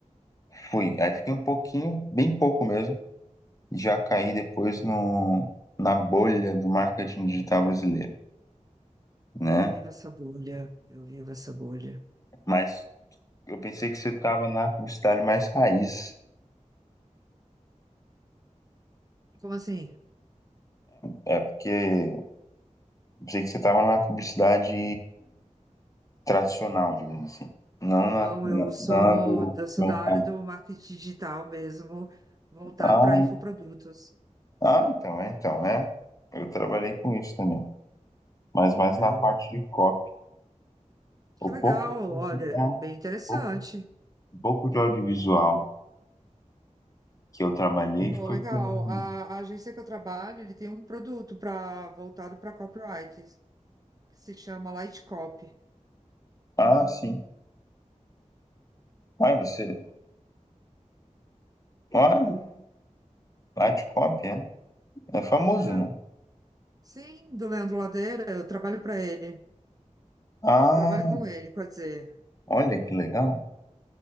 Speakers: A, on the left; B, on the right.
A: fui, aí fiquei um pouquinho, bem pouco mesmo, e já caí depois no, na bolha do marketing digital brasileiro, né?
B: Eu vivo essa bolha. Eu vivo essa bolha.
A: Mas eu pensei que você estava na publicidade mais raiz.
B: Como assim?
A: É, é porque eu pensei que você estava na publicidade tradicional, digamos assim. Não
B: Não,
A: na, na,
B: eu sou,
A: na do
B: eu sou
A: mercado.
B: da área do marketing digital mesmo, voltado
A: Ah,
B: para infoprodutos.
A: ah, então, é, então, é. Eu trabalhei com isso também. Mas mais
B: Então.
A: na parte de copy.
B: Que
A: O
B: legal,
A: pouco, de audi-
B: olha,
A: é,
B: bem interessante.
A: pouco, pouco de audiovisual que eu trabalhei
B: Pô,
A: foi
B: legal.
A: com.
B: A, a agência que eu trabalho, ele tem um produto para voltado para copyright, que se chama Light Copy.
A: Ah, sim. Ai, você. Olha, lá de copy, é. É famoso,
B: Ah,
A: né?
B: sim, do Leandro Ladeira, eu trabalho para ele.
A: Ah,
B: Eu trabalho com ele, quer dizer.
A: olha que legal.